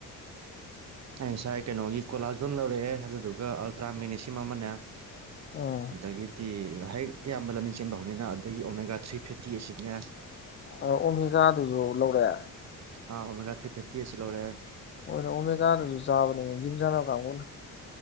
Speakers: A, on the right; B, on the left.
A: ꯑꯩ ꯉꯁꯥꯏ ꯀꯩꯅꯣꯒꯤ ꯀꯣꯂꯥꯖꯣꯟ ꯂꯧꯔꯛꯑꯦ ꯑꯗꯨꯗꯨꯒ ꯑꯜꯇ꯭ꯔꯥ ꯃꯅꯦꯁꯤꯝ ꯑꯃꯅꯦ
B: ꯎꯝ
A: ꯑꯗꯒꯤꯗꯤ ꯍꯦꯛ ꯑꯌꯥꯝꯕ ꯂꯝꯕꯤ ꯆꯦꯟꯕ ꯍꯧꯅꯤꯅ ꯑꯗꯨꯗꯒꯤ ꯑꯣꯃꯦꯒꯥ ꯊ꯭ꯔꯤ ꯐꯤꯐꯇꯤꯁꯤꯅꯦ
B: ꯑ ꯑꯣꯃꯦꯒꯥꯥꯗꯨꯁꯨ ꯂꯧꯔꯑꯦ
A: ꯑ ꯑꯣ ꯃꯃꯦꯒꯥ ꯊ꯭ꯔꯤ ꯐꯤꯞꯇꯤ ꯑꯁꯤ ꯂꯣꯔꯦ
B: ꯍ ꯑꯣ ꯃꯒꯥꯥꯗꯁꯨ ꯆꯥꯕꯅꯦ ꯖꯤꯖꯥꯅ ꯀꯥ ꯀꯅ